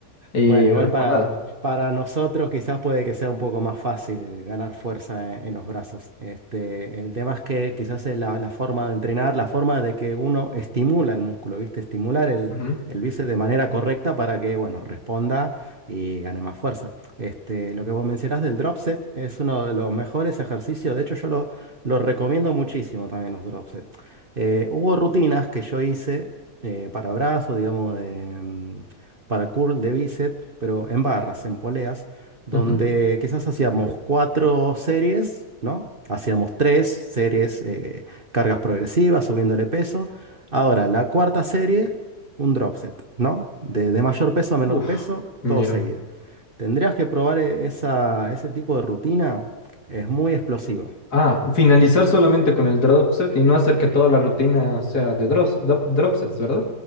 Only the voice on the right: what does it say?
Bueno, igual para,
para nosotros quizás puede que sea un poco más fácil ganar fuerza en, en los brazos. Este, el tema es que quizás es la, la forma de entrenar, la forma de que uno estimula el músculo, ¿viste? Estimular el,
el bíceps de manera correcta para que, bueno, responda y gane más fuerza. Este, lo que vos mencionás del drop set es uno de los mejores ejercicios. De hecho, yo lo, lo recomiendo muchísimo también los drop set. Eh, hubo rutinas que yo hice eh, para brazos, digamos, de... mm, para curl de bíceps, pero en barras, en poleas, donde
quizás hacíamos cuatro series, ¿no? Hacíamos tres series, eh, cargas progresivas, subiéndole peso. Ahora, la cuarta serie, un drop set, ¿no? De, de mayor peso a menor
peso,
todo seguido. Tendrías que probar e- esa, ese tipo de rutina, es muy explosiva.